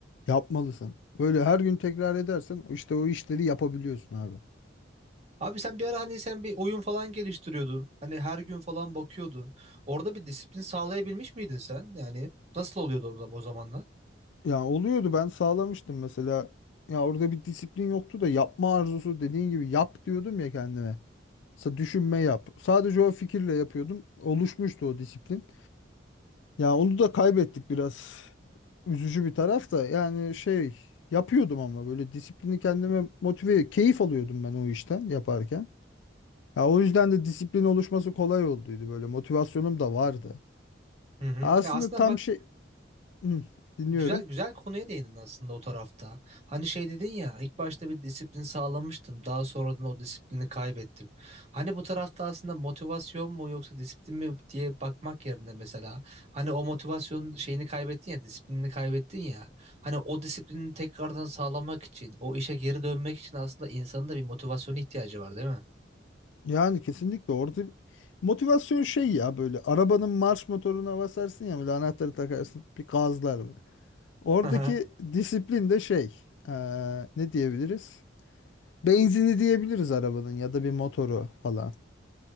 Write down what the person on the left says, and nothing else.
Yapmalısın. Böyle her gün tekrar edersen işte o işleri yapabiliyorsun abi.
Ya oluyordu ben sağlamıştım mesela. Ya orada bir disiplin yoktu da yapma arzusu dediğin gibi yap diyordum ya kendime. Sa- düşünme yap. Sadece o fikirle yapıyordum. Oluşmuştu o disiplin. Ya onu da kaybettik biraz. Üzücü bir taraf da yani şey yapıyordum ama böyle disiplini kendime motive, keyif alıyordum ben o işten yaparken. Ya o yüzden de disiplin oluşması kolay olduydu böyle motivasyonum da vardı.
Aslında
tam
şey Hı, dinliyorum.
Yani kesinlikle orada motivasyon şey ya böyle arabanın marş motoruna basarsın ya böyle anahtarı takarsın bir gazlar böyle. Oradaki
disiplin de şey eee, ne diyebiliriz? Benzini diyebiliriz arabanın ya da bir motoru falan.